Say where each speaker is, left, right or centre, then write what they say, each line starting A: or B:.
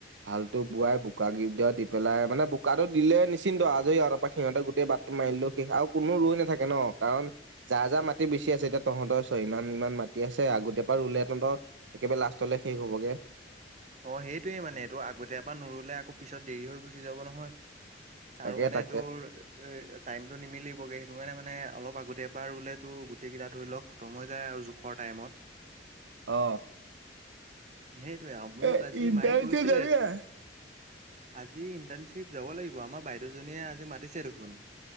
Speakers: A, on the right (about 80°); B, on the right (about 40°).
A: হালটো বোৱাই বোকা গদ দি পেলাই মানে ব বোকাটো দিলে নিশ্চিন্ত আজৰি আৰু তাৰপ পৰা সিহঁতে গোটেই বাটটো মাৰিলেও শেষ আৰু কোনো ৰৈ নাথাকে ন কাৰণ যাৰ যাৰ মাটি বেছি আছে এতিয়া তহঁতৰ ছ ইমান ইমান মাটি আছে আগতীয়া পৰা ৰুলে তহঁত একেবাৰে লাষ্টলে শেষ হবগে।
B: অ সেইটোয়ে মানে এইটো আগতীয়াৰ পৰা নোৰলে আকৌ পিছত দেৰি হৈ গুচি যাব নহয়। আৰু
A: তাকে
B: মানে
A: তাকে
B: তোৰ এ টাইমটো নিমিলিবগে সেইটো কাৰণে মানে অলপ আগতীয়া পৰা ৰুলে তো গোটেই কেইটা ধৰি লওঁক। খতম হৈ যায় আৰু জোখৰ টাইমত।
A: অ।
B: সেইটোৱে মোক
A: এ
B: আজি
A: ইণ্টাৰেষ্টে
B: মায়ে কৈছিলে।
A: যাবি নাই?
B: আজি ইণ্টাৰ্ণশ্বিপ যাব লাগিব আমাৰ বাইদেউজনীয়ে আজি মাতিছে দেখোন।